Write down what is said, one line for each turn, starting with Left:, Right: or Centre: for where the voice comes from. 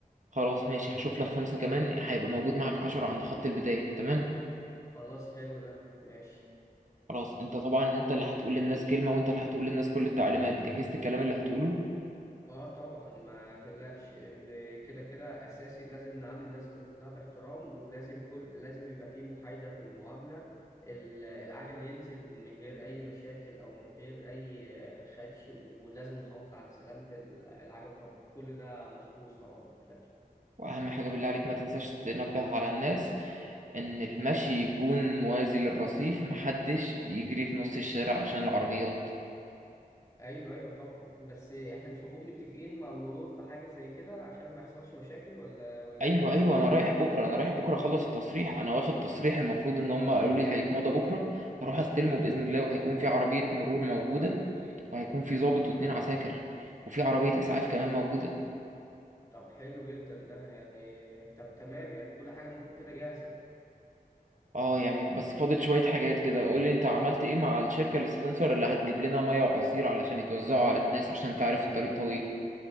Right: خلاص ماشي هشوف لك خمسة كمان هيبقى موجود معاك عشرة عند خط البداية تمام
Left: خلاص حلو ده ماشي
Right: خلاص أنت طبعا أنت اللي هتقول للناس كلمة وأنت اللي هتقول للناس كل التعليمات جهزت الكلام اللي هتقوله
Left: اه طبعا ما تقلقش ان كده كده اساسي لازم نعامل الناس كلها باحترام ولازم كل لازم يبقى في محايدة في المعاملة ال- العجل ينزل من غير اي مشاكل او من غير اي آه، خدش ولازم نحافظ على سلامة ال- العجل طبعا كل ده محفوظ طبعا ما تقلقش
Right: وأهم حاجة بالله عليك ما تنساش تنبه على الناس ان المشي يكون موازي للرصيف محدش يجري في نص الشارع عشان العربيات
Left: ايوه ايوه طبعا بس احنا مش المفروض متفقين مع المرور في حاجة زي كده عشان ما يحصلش مشاكل ولا ولا
Right: ايوه
Left: ايه
Right: ايوه انا رايح بكره انا رايح بكره اخلص التصريح انا واخد تصريح المفروض ان هم قالوا لي هيتمضى بكره هروح استلمه باذن الله وهيكون في عربيه مرور موجوده وهيكون في ضابط واتنين عساكر وفي عربيه اسعاف كمان موجوده
Left: طب حلو جدا ده يعني طب تمام يعني كل حاجة المفروض كده جاهزة
Right: اه يعني بس فاضل شويه حاجات كده قول لي انت عملت ايه مع الشركه السبونسر اللي هتجيب لنا ميه وعصير علشان يتوزعوا على الناس عشان تعرف الطريق طويل